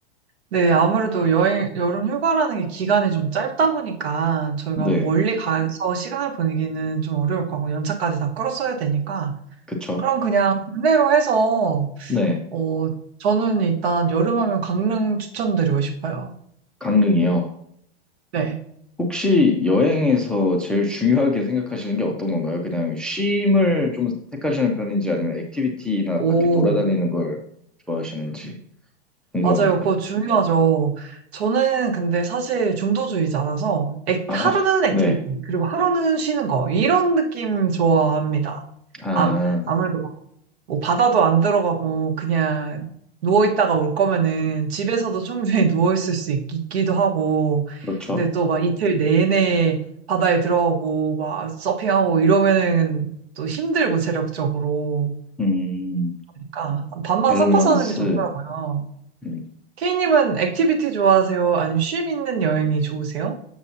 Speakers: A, on the right; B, in the centre.
A: 네, 아무래도 여행, 여름 휴가라는 게 기간이 좀 짧다 보니까 저희가
B: 네,
A: 뭐 멀리 가서 시간을 보내기는 좀 어려울 거고 연차까지 다 끌었어야 되니까
B: 그쵸.
A: 그럼 그냥 국내로 해서
B: 네,
A: 어 저는 일단 여름하면 강릉 추천드리고 싶어요.
B: 강릉이요.
A: 네.
B: 혹시 여행에서 제일 중요하게 생각하시는 게 어떤 건가요? 그냥 쉼을 좀 택하시는 편인지 아니면 액티비티나
A: 오,
B: 밖에 돌아다니는 걸 좋아하시는지 궁금합니다.
A: 맞아요. 그거 중요하죠. 저는 근데 사실 중도주의자라서 액-
B: 아,
A: 하루는 액티비티
B: 네.
A: 그리고 하루는 쉬는 거 이런 느낌 좋아합니다.
B: 아,
A: 아, 아무래도 뭐 바다도 안 들어가고 그냥 누워 있다가 올 거면은 집에서도 충분히 <laughs> 누워 있을 수 있, 기도 하고
B: 그렇죠.
A: 근데 또 막 이틀 내내 바다에 들어가고 막 서핑하고 이러면은 또 힘들고 체력적으로
B: 음,
A: 그러니까 반반
B: 밸런스.
A: 섞어서 하는 게 좋더라고요.
B: 음.
A: K님은 액티비티 좋아하세요? 아니면 쉼 있는 여행이 좋으세요?